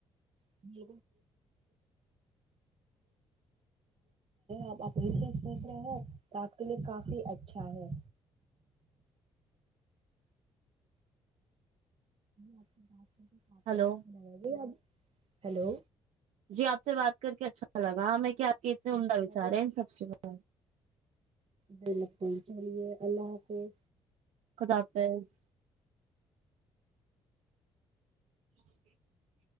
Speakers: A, on the right (about 50°); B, on the right (about 65°).
A: <unintelligible> آپ اپنی سے سوچ رہے ہیں تو آپ کے لیے کافی اچھا ہے آپ بات کافی
B: ہلو
A: اچھا لگے گا اب ہلو
B: جی آپ سے بات کر کے اچھا لگا ہمیں کیا آپ کے اتنے
A: جی
B: عمدہ
A: ہمیں
B: وچارے
A: بھی اچھا،
B: ان سب کے بار میں
A: بالکل چلیے اللہ حافظ
B: خدا حافظ <unintelligible>